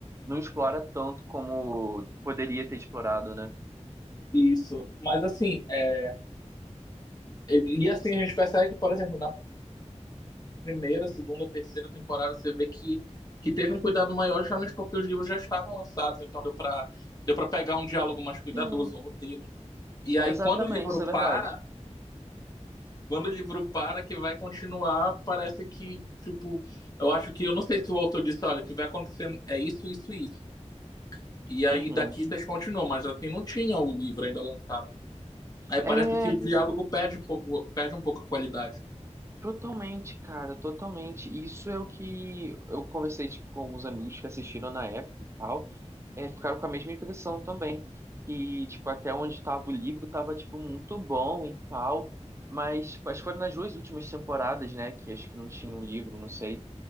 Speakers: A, on the right (about 20°); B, on the left (about 35°).
A: não explora tanto como poderia ter explorado, né?
B: isso. Mas assim, é, e e, assim a gente percebe que, por exemplo, na primeira, segunda, terceira temporada, você vê que, que teve um cuidado maior, justamente porque os livros já estavam lançados, então deu para deu para pegar um diálogo mais cuidadoso,
A: Sim,
B: um roteiro. E aí,
A: exatamente,
B: quando o livro
A: isso é verdade.
B: para, quando o livro para, que vai continuar, parece que, tipo, eu acho que, eu não sei se o autor disse, olha, o que vai acontecer é isso, isso, e isso. E aí,
A: Uhum.
B: daqui vocês continuam, mas assim, não tinha o livro ainda lançado. Aí parece
A: É,
B: que o diálogo perde um pouco, perde um pouco a qualidade.
A: Totalmente, cara, totalmente. Isso é o que eu conversei, tipo, com alguns amigos que assistiram na época e tal, é, ficaram com a mesma impressão também, que, tipo, até onde tava o livro tava, tipo, muito bom e tal, mas, tipo, acho que foram nas duas últimas temporadas, né, que acho que não tinha um livro, não sei,